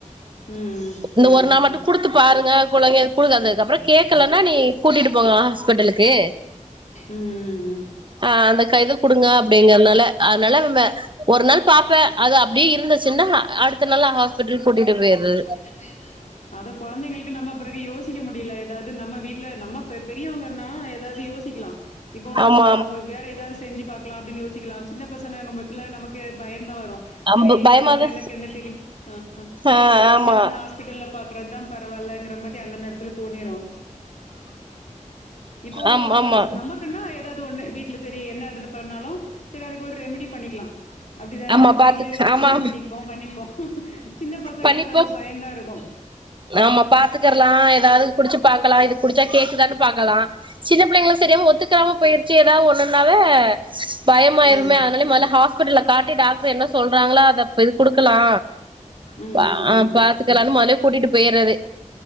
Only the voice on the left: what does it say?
ம் ம்
சரி
ம்
ம் ம் ம்
கூட்டு போய்றது அது கொழந்தைங்களுக்கு நம்ம பிறகு யோசிக்க முடியல எதாவது நம்ம வீட்டுல நம்ம பெரியவங்கனா எதாவது யோசி க்கலா இப்போ நம்ம
வேற எதாவது செஞ்சு பாக்கலா அப்டின்னு யோசிக்கலா சின்ன பசங்க பச்சல நமக்கு பயந்தா வரு
செரி
நம்ம என்னக்கு என்ன தெரி ஹ ஹ
அது உடனே
நம்ம ஹாஸ்பிட்டல்ல பாக்குறதுதா பரவால்லங்கிற மாரி அந்த நேரத்துல தோணிரு இப்போ
நமக் க்குனா எதாவது ஒண்ணு வீட்ல செரி என்ன பன்னாலு செரி அதுக்கு ஒரு ரெமிடி பண்ணிக்கலா அப்டிதானே
வீட்ல எதாவது
ஒன்னு
பண்ணிப்போ பண்ணிப்போ சின்ன பசங்கன்னா
நம்ம பயம்தா இருக்கு
ம்.
ம்,
ம், ம்.